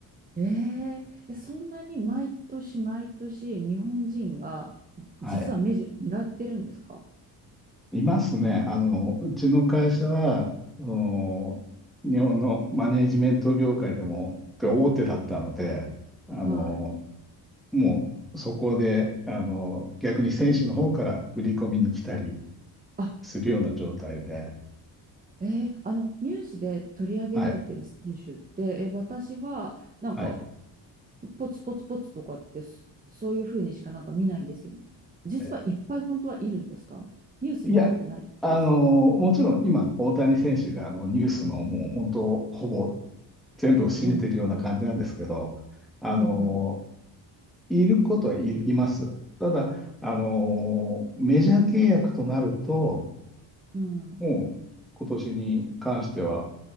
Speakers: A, on the right; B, in the centre.
A: えええそんなに毎年毎年日本人が実はメジャー狙ってるんですか
B: はい。いますね。あの、うちの会社は、あの日本のマネージメント業界でも大手だったので、あの、
A: はい。
B: もうそこで、あの、逆に選手の方から売り込みに来たり
A: あ、
B: するような状態で、
A: ええあのニュースで取り上げられてる選手って、
B: はい、
A: え、私はなんか
B: はい。
A: ポツポツポツとかってそそういうふうにしかなんか見ないんですけど、実はいっぱい本当はいるんですかニュースになってないだけですか
B: えいや、あの、もちろん今、大谷選手があのニュースのもう本当、ほぼ全部を占めているような感じなんですけど、
A: うん、
B: あの、
A: うん、うん、
B: いることはいいます。ただ、あのメジャー契約となると、
A: うん、
B: もう今年に関しては、